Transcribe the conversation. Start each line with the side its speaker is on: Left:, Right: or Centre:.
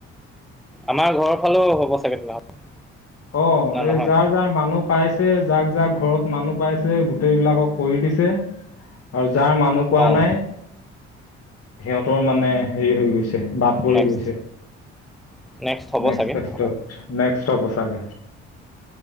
Centre: আমাৰ ঘৰৰ ফালেও হ'ব চাগ তেনেহলে।
Left: অ
Centre: না
Left: সেই
Centre: নহয়
Left: যাৰ যাৰ মানুহ পাইছে। যাক যাক ঘৰত মানুহ পাইছে গোটেই বিলাকক কৰি দিছে আৰু। যাৰ মানুহ পোৱা
Centre: অঁ
Left: নাই। সিহঁতৰ মানে হেৰি হৈ গৈছে। বাদ পৰি
Centre: নেক্সট
Left: গৈছে
Centre: নেক্সট হ'ব
Left: নেক্স
Centre: চাগে
Left: ন।
Centre: আকৌ
Left: ষ্ট বচাকে।